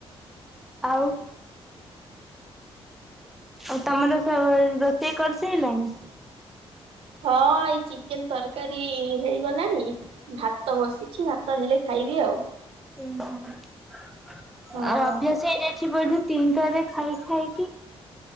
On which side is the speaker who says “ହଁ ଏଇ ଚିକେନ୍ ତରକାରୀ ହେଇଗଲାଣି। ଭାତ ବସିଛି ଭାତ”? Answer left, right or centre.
Right